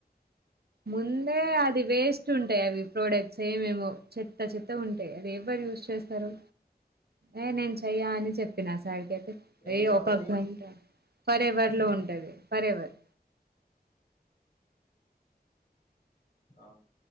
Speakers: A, on the right; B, on the left.
A: ముందే అది వేస్ట్ ఉంటాయి అవి ప్రోడక్ట్స్ ఏవేవో చెత్త చెత్తగుంటాయి అది ఎవరు యూజ్ చేస్తారు ఏ నేను చెయ్యా అని చెప్పినా సార్ కి
B: ఏ
A: అయ్యో
B: జాబ్
A: ఒక
B: అది
A: గంట ఫరెవర్లో ఉంటది ఫరెవర్
B: ఆ